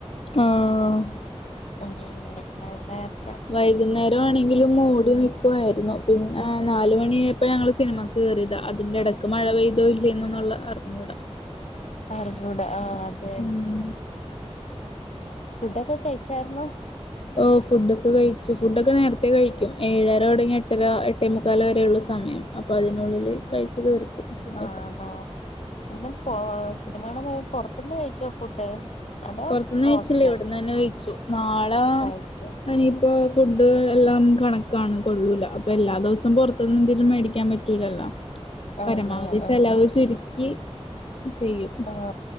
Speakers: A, on the left (about 55°); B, on the left (about 80°).
A: ആഹ്
B: ഉം അയന്നെ.
A: വൈകുന്നേരം ആണെങ്കിലും മൂടി നി ക്കുവായിരുന്നു പിന്നെ നാല് മണിയപ്പോ ഞങ്ങള് സിനിമ കേറിയതാ അതിന്റെ ഇടക്ക് മഴ പെയ് തോ ഇല്ല എന്നന്നുള്ള അറിഞ്ഞൂടാ.
B: അറിഞ്ഞുട ആഹ് അതെന്നെ.
A: ഉം
B: ഫുഡൊക്കെ കഴിച്ചായിരുന്നോ?
A: ഓഹ് ഫുഡൊക്കെ കഴിച്ചു ഫുഡൊക്കെ നേരത്തെ കഴിക്കും ഏഴര തുടങ്ങി എട്ടര എട്ടേ മുക്കാല വരെയുള്ളൂ സമയം. അപ്പ അതിനുള്ളില് കഴിച് തീർക്കും. ഫുഡൊക്കെ
B: ആണോ എന്ന പോ സിനിമാണാൻ പോയ പുറത്തുന്ന് കഴിച്ചോ ഫുഡ്? അതോ
A: പുറത്തുന്ന്
B: ഹോസ്റ്റൽ
A: കഴച്ചില്ലേ ഇവിടന്ന് തന്നെ കഴിച്ചു നാളെ
B: കഴിച്ചോ
A: അനി ഇപ്പ ഫുഡ് എല്ലാം കണക്കാണ് കൊള്ളൂല അപ്പൊ എല്ലാ ദിവസവും പുറത് ന്ന് എന്തേലും മേടിക്കാൻ പറ്റൂലല്ലോ.
B: ആണോ
A: പരമാവധി
B: ആഹ്
A: ചലവ് ചുരുക്കി ചെയ്യും.
B: ആഹ്